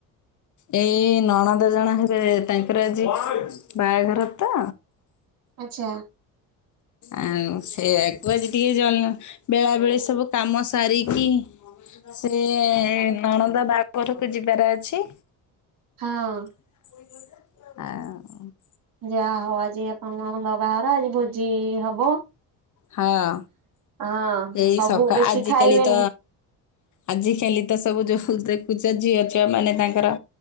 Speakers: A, on the left; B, on the right.
A: ଏଇ ନଣନ୍ଦ୍ ଜଣେ ହେବେ ତାଙ୍କର ଆଜି ବାହାଘର ତ।
B: ଆଛା।
A: ଆଉ ସେଆକୁ ଆଜି ଟିକେ ଜ ବେଳା ବେଳି ସବୁ କାମ ସାରିକି ସିଏ ନଣନ୍ଦ ବାହାଘରକୁ ଯିବାର ଅଛି।
B: ହଁ।
A: ଆଉ
B: ଯା ହଉ ଆଜି ଆପଣଙ୍କ ନଣନ୍ଦ ବାହାଘର ଆଜି ଭୋଜି ହବ।
A: ହଁ
B: ହଁ
A: ଏଇ
B: ସବୁ
A: ସକା
B: ବେଶୀ
A: ଆଜିକାଲି
B: ଖାଇବେନି।
A: ତ ଆଜିକାଲି ତ ସବୁ ଯୋଉ ଦେଖୁଚ ଝିଅ ଛୁଆ ମାନେ ତାଙ୍କର